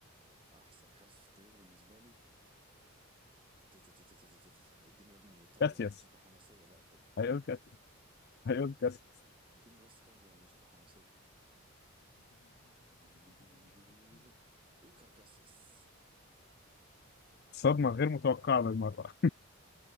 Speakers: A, on the right; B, on the left.
A: أحسن حارس في التاريخ بالنسبة لي تتتتتتتت. الدنيا يا ابني طبلة
B: كاسياس
A: وموسيقى حماسية بقى كده
B: هيقول كاسياس هيقول كاسياس
A: اديني بس طبلة وموسيقى حماسية <laughs> إيكار كاسياس
B: صدمة غير متوقعة بالمرة